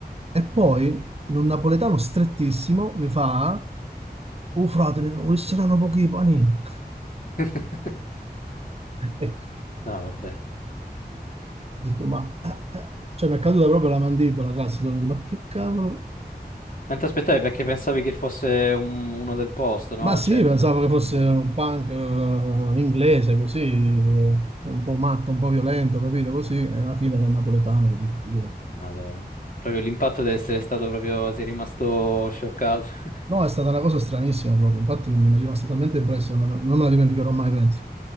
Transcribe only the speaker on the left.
<laughs>
No, vabbè.
Non ti aspettavi perché pensavi che fosse un- uno del posto, no?
Cioè, in
in
inglese.
Madonna. Proprio l'impatto deve essere stato proprio... Sei rimasto scioccato. <laughs>